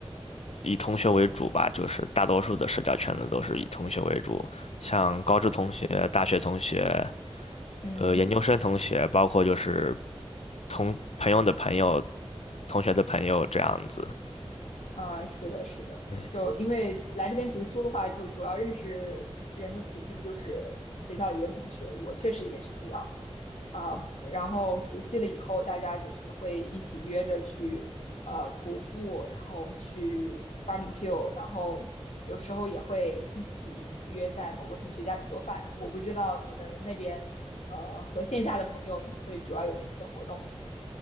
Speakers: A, on the left; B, on the left.
A: 以同学为主吧，就是大多数的社交圈子都是以同学为主，像高中同学、大学同学、
B: 嗯
A: 呃研究生同学，包括就是同朋友的朋友、同学的朋友这样子。
B: 啊，是的，是的，
A: 对，
B: 就因为来这边读书的话，就主要认识人的途径就是学校里的同学，我确实也是这样啊。然后熟悉了以后，大家就是会一起约着去呃徒步，然后去 barbecue，然后有时候也会一起约在某个同学家里做饭。我不知道你们那边呃和线下的朋友，你会主要有哪些活动呢